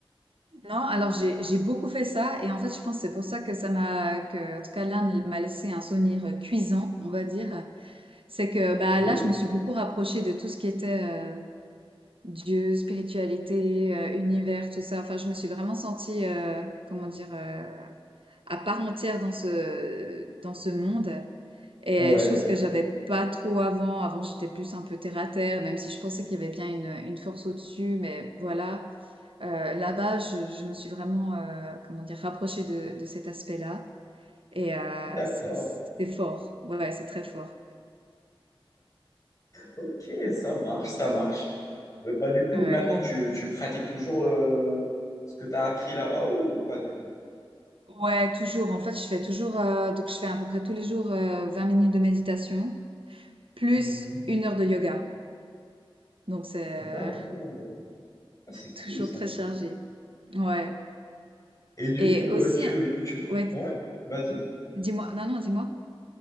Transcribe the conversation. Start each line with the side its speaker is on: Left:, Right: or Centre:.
Right: Non, alors j'ai j'ai beaucoup fait ça et en fait je pense que c'est pour ça que ça m'a que en tout cas l'Inde m'a laissé un souvenir euh, cuisant, on va dire. C'est que
Left: Ok,
Right: bah là je me suis beaucoup rapprochée de tout ce qui était euh, Dieu, spiritualité, euh, univers, tout ça. Enfin, je me suis vraiment sentie, euh, comment dire, euh, à part entière dans ce, dans ce monde. Et
Left: ouais,
Right: chose que j'avais pas trop avant. Avant, j'étais plus un peu terre à terre, même si je pensais qu'il y avait bien une, une force au-dessus. Mais voilà, Euh, là-bas, je, je me suis vraiment, euh, comment dire, rapprochée de, de cet aspect-là. Et euh,
Left: d'accord.
Right: c'est c'est fort. Ouais, c'est très fort.
Left: Ok, ça marche, ça marche. Mais bah, du coup,
Right: Ouais.
Left: maintenant, tu, tu pratiques toujours le... ce que tu as appris là-bas ou pas du tout?
Right: Ouais, toujours. En fait, je fais toujours, euh, donc je fais à peu près tous les jours euh, 20 minutes de méditation. plus
Left: Mhm.
Right: une heure de yoga. Donc c'est
Left: D'accord. Ah, c'est cool
Right: Toujours
Left: ça.
Right: très chargé. ouais.
Left: Et du
Right: Et
Left: coup,
Right: aussi,
Left: euh, tu, tu...
Right: ouais,
Left: Ouais, vas-y.
Right: dis-moi, non, non, dis-moi.